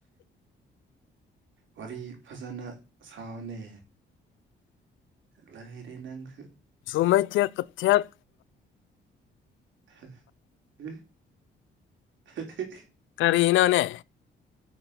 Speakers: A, on the right; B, on the left.
A: ꯋꯥꯔꯤ ꯐꯖꯅ ꯁꯥꯕꯅꯤ ꯂꯩꯔꯦ ꯅꯪꯁꯨ
B: ꯁꯨꯃꯩ ꯊꯦꯛ ꯊꯦꯛ
A: ꯍꯦ ꯍꯦ ꯍꯧ
B: ꯀꯔꯤꯅꯣꯅꯦ